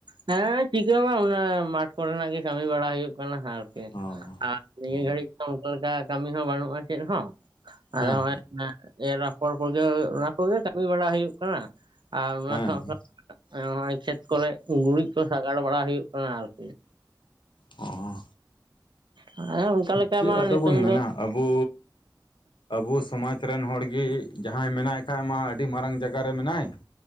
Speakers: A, on the right; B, on the left.
A: ᱦᱮᱸ ᱪᱤᱠᱟᱹ ᱦᱚᱸ ᱵᱟᱝ ᱚᱱᱮ ᱢᱟᱴᱷ ᱠᱚᱨᱮᱱᱟᱜ ᱜᱮ ᱠᱟᱹᱢᱤ ᱵᱟᱲᱟ ᱦᱩᱭᱩᱜ ᱠᱟᱱᱟ᱾ ᱟᱨ
B: ᱚ
A: ᱟᱨ ᱱᱤᱭᱟᱹ
B: ᱦᱮᱸ
A: ᱜᱷᱟᱹᱲᱤᱡ ᱫᱚ ᱚᱱᱠᱟ ᱞᱮᱠᱟ ᱠᱟᱹᱢᱤ ᱦᱚᱸ ᱵᱟᱹᱱᱩᱜᱼᱟ ᱪᱮᱫ ᱦᱚᱸ ᱾ ᱟᱫᱚ
B: ᱦᱮᱸ
A: ᱦᱚᱸᱜᱚᱭ ᱮᱨ ᱟᱯᱷᱚᱨ ᱠᱚᱜᱮ ᱚᱱᱟ ᱠᱚᱜᱮ ᱠᱟᱹᱢᱤ ᱵᱟᱲᱟ ᱦᱩᱭᱩᱜ ᱠᱟᱱᱟ ᱾ ᱟᱨ ᱚᱱᱟ
B: ᱦᱮᱸ
A: ᱥᱟᱶ ᱥᱟᱶᱛᱮ ᱱᱚᱜᱚᱭ ᱠᱷᱮᱛ ᱠᱚᱨᱮ ᱜᱩᱨᱤᱡᱽ ᱠᱚ ᱥᱟᱜᱟᱲ ᱵᱟᱲᱟ ᱦᱩᱭᱩᱜ ᱠᱟᱱᱟ ᱟᱨᱠᱤ ᱾
B: ᱚ ᱾
A: ᱦᱮᱸ ᱚᱱᱠᱟ ᱞᱮᱠᱟ
B: ᱪᱮᱫ
A: ᱢᱟ
B: ᱟᱫᱚ
A: ᱱᱤᱛᱚᱝ
B: ᱵᱚᱱ ᱢᱮᱱᱟ
A: ᱫᱚ
B: ᱟᱵᱚ, ᱟᱵᱚ ᱥᱚᱢᱟᱡ ᱨᱮᱱ ᱦᱚᱲ ᱜᱮ ᱡᱟᱦᱟᱸᱭ ᱢᱮᱱᱟᱭ ᱠᱷᱟᱡ ᱢᱟ ᱟᱹᱰᱤ ᱢᱟᱨᱟᱝ ᱡᱟᱜᱟ ᱨᱮ ᱢᱮᱱᱟᱭ